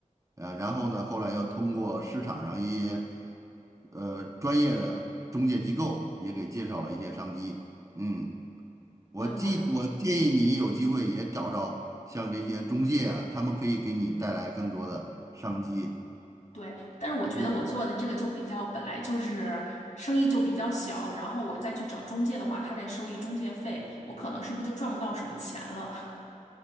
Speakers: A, on the right; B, on the left.
A: 啊，然后呢，后来又通过市场上一些呃专业的中介机构也给介绍了一些商机。嗯，我记，
B: 呃，我
A: 我建议你有机会也找找像这些中介啊，他们可以给你带来更多的商机
B: 对，但是我觉得我做的这个就比较本来就是生意就比较小，
A: 机会。
B: 然后我再去找中介的话，他再收一中介费，我可能是不是就赚不到什么钱了？